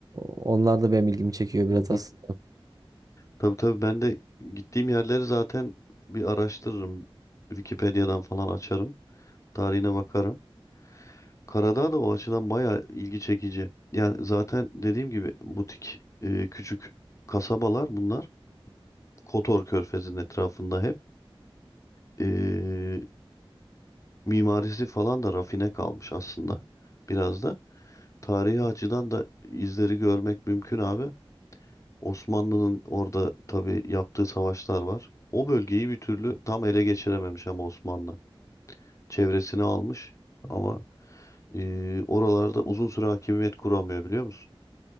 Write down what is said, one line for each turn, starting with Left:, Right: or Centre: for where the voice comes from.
Right: onlar da benim ilgimi çekiyor biraz
Left: Hı hı.
Right: aslında.
Left: Tabii tabii ben de gittiğim yerleri zaten bir araştırırım. Wikipedia'dan falan açarım. Tarihine bakarım. Karadağ da o açıdan bayağı ilgi çekici. Yani zaten dediğim gibi butik e, küçük kasabalar bunlar. Kotor Körfezi'nin etrafında hep. E, mimarisi falan da rafine kalmış aslında biraz da. Tarihi açıdan da izleri görmek mümkün abi. Osmanlı'nın orada tabii yaptığı savaşlar var. O bölgeyi bir türlü tam ele geçirememiş ama Osmanlı. Çevresini almış ama e, oralarda uzun süre hakimiyet kuramıyor biliyor musun?